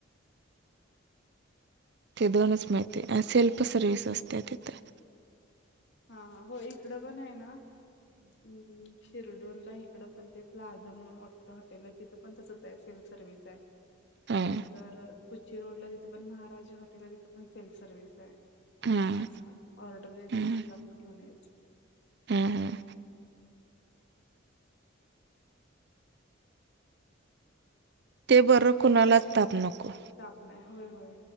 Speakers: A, on the right; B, on the left.
A: ते दोनच माहिती हाय अ सेल्फ सर्व्हिस असतीया तिथं.
B: हां हां होय इकडं पण हाय ना हम्म हम्म. शिरढोणला हिकडं पण ते प्लाझा म्हणून मोठं हॉटेल आहे तिथं पण तसंच हाय सेल्फ सर्व्हिस हाय.
A: हम्म
B: नंतर कुची रोड ला तिथं पण महाराजा हॉटेल हाय तिथं पण सेल्फ सर्व्हिस हाय.
A: हम्म
B: नाश्ता, ऑर्डर द्यायचा
A: हम्म
B: आणि आपला आपण घेऊन यायचं.
A: हम्म. ते बर कुणालाच ताप नको.
B: ताप नाय होय होय,